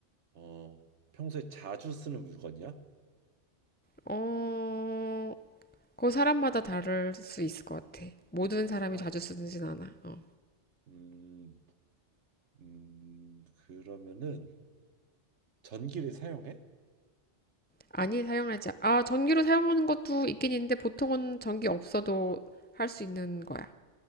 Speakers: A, on the right (about 75°); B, on the left (about 15°).
A: 어, 평소에 자주 쓰는 물건이야?
B: 어, 그 사람마다 다를 수 있을 것 같아. 모든 사람이
A: 사,
B: 자주 쓰진 않아. 어.
A: 음, 음, 그러면은 전기를 사용해?
B: 아니, 사용하지. 아, 전기로 사용하는 것도 있긴 있는데, 보통은 전기 없어도 할 수 있는 거야.